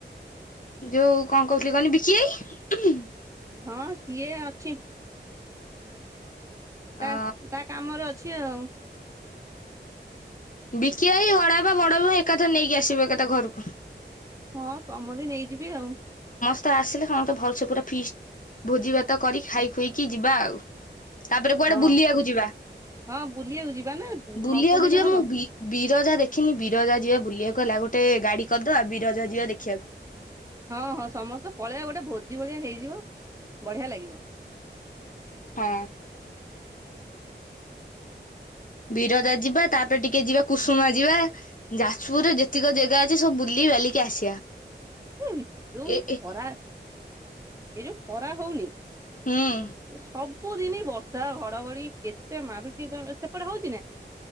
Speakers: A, on the left; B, on the right.
A: ଯୋଉ କଣ କହୁଥିଲି କହନି ବିକି ଭାଇ?
B: ହଁ ସିଏ ଅଛି ତା
A: ଅ
B: ତା କାମରେ ଅଛି ଆଉ।
A: ବିକି ଆଇ ବଡ ବାପା ବଡ ଭାଇ ଏକାଥରେ ନେଇକି ଆସିବୁ ଏକଥା ଘରକୁ।
B: ହଁ ସମସ୍ତେ ନେଇ ଯିବି ଆଉ।
A: ତ ଆସିଲେ ହଁ ତ ଭଲ ସେ ପୁରା ଫିଷ୍ଟ ଭୋଜି ଭାତ କରି ଖାଇ- ବୁହିକି ଯିବା ଆଉ ତାପରେ କୁଆଡେ
B: ହଁ
A: ବୁଲିବାକୁ ଯିବା
B: ହଁ ବୁଲିବାକୁ ଯିବା ନା
A: ବୁଲିବାକୁ
B: ନ ବୁଲିଲେ
A: ଯିବା
B: ହବ
A: ମୁଁ ବିରଯା ଦେଖ ଦେଖିନି ବିରଜା ଯିବା ବୁଲିବାକୁ ହେଲା ଗୋଟେ ଗାଡି କରିଦବା ଆଉ ବିରଜା ଯିବା ଦେଖିବାକୁ
B: ହଁ ହଁ ସମସ୍ତେ ପଳେଇବା ଗୋଟେ ଭୋଜି ଭଳିଆ ହେଇଯିବ ବଢିଆ ଲାଗିବ
A: ହଁ ବିରଯା ଯିବା ତାପରେ ଟିକେ ଯିବା କୁସୁମା ଯିବା ଯାଜପୁରରେ ଯେତିକ ଜାଗା ଅଛି ସବୁ ବୁଲିକି ବାଲିକି ଆସିବା
B: ଏୟୁ ଯଉ
A: ଏ
B: ଏଇ
A: ଏ
B: ଖରା ଏଇ ଯଉ ଖରା ହଉନି ତ
A: ହୁଁ
B: ସବ ବୁ ଦିନି ବର୍ଷା ଘଡ଼ଘଡି କେତେ ମାରୁଚି ତମ ସେ ପଟେ ହଉଚି ନା?